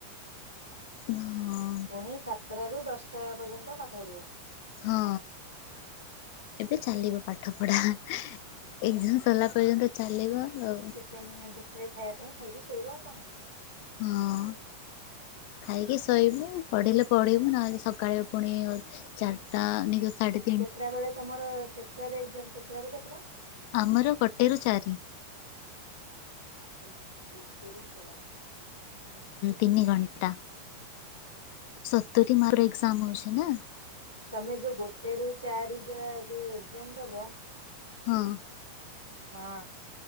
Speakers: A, on the left (about 45°); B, on the right (about 85°).
A: ନା, ହଁ।
B: ପୁଣି ସାତଟାରୁ ଦଶଟା ପର୍ଯ୍ୟନ୍ତ ପାଠ ପଢ଼ିବ।
A: ହଁ ଏବେ ଚାଲିବ ପାଠ ପଢା ଏଇଠୁ। ସଲା ପର୍ଯ୍ୟନ୍ତ ଚାଲିବ ଆଉ।
B: ଫିନ ଦେଇଥିବେ ଖାଇବା ପାଇଁ ଖାଇକି ଶୋଇବ ଆଉ କଣ?
A: ହଁ। ଖାଇକି ଶୋଇବୁ, ପଢ଼ିଲେ ପଢ଼ିବୁ ନହେଲେ ସକାଳେ ପୁଣି ଅ, ଚାଟା ନି ଘ ସାଡେ
B: କେତେଟା ବେଳେ ତୋମର କେତେଟାରେ ଏକ୍ଜାମ୍ କେତେଟାରୁ କେତେଟା?
A: ଆମର ଗୋଟେରୁ ଚାରି।
B: ଓକେ ଗୋଟେରୁ ଚାରି ହଁ।
A: ତିନି ଘଣ୍ଟା। ସତୁରି
B: ହୁଁ।
A: ମାର୍କର ଏକ୍ଜାମ ହଉଛି ନା।
B: ତମେ ଯୋଉ ଗୋଟେ ରୁ ଚାରି ଯା ଯୋଉ ଏକ୍ଜାମ ଦବ।
A: ହଁ।
B: ହଁ